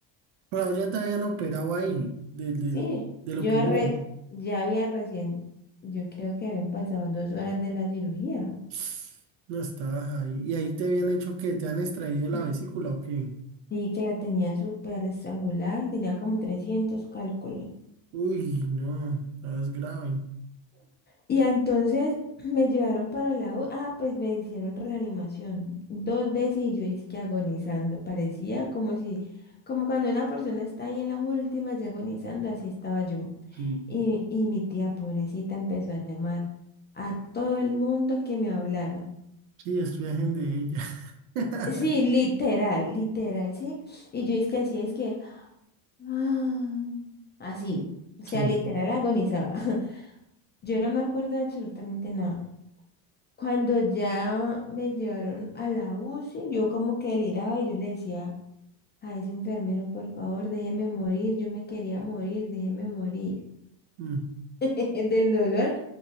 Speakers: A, on the right; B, on the left.
A: Pero ya te habían operado ahí, de, de,
B: Sí,
A: de
B: yo
A: lo primero.
B: re, ya había recién, yo creo que habían pasado dos horas de la cirugía
A: <sniffs> No estabas ahí. ¿Y ahí te habían hecho que te han extraído la
B: <clears throat>
A: vesícula o qué?
B: y que la tenía súper estrangular, tenía como 300 cálculos.
A: Uy, no, estabas grave.
B: Y entonces <clears throat> me llevaron para la U, ah, pues me hicieron reanimación dos veces y yo es que agonizando, parecía como si, como cuando una persona está ahí en las últimas ya agonizando, así estaba yo.
A: Sí,
B: Y, y mi tía pobrecita empezó a llamar a todo el mundo que me hablara.
A: sí, estoy virgen de ella. <laughs>
B: Sí, literal, literal, sí. Y yo es que así es que, <gasps> ah, así, o sea,
A: Sí.
B: literal agonizaba. <laughs> Yo no me acuerdo de absolutamente nada. Cuando ya me llevaron a la UCI, yo como que deliraba y yo le decía a ese enfermero, por favor, déjeme morir, yo me quería morir, déjeme morir
A: mm,
B: <laughs> del dolor